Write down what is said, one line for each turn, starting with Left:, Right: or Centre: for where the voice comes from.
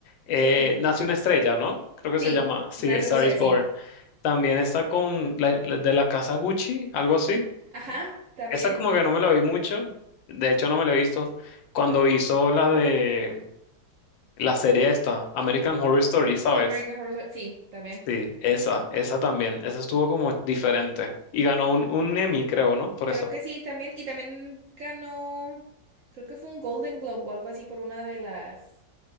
Left: Eh,
Right: Sí.
Left: Nace una estrella, ¿no? Creo que
Right: Sí,
Left: se llama. Sí,
Right: Nace
Left: A Star
Right: no sé,
Left: is
Right: sí.
Left: Born. También está con la, la de la casa Gucci, algo así.
Right: Ajá, también.
Left: Esa como que no me la vi mucho. De hecho, no me la he visto. Cuando hizo la de la serie esta, American Horror Story, ¿sabes?
Right: American Horror Story, sí, también.
Left: Sí, esa, esa también. Esa estuvo como diferente. Y ganó un, un Emmy, creo, ¿no? Por
Right: Creo
Left: eso.
Right: que sí, también. Y también ganó, creo que fue un Golden Globe o algo así por una de las,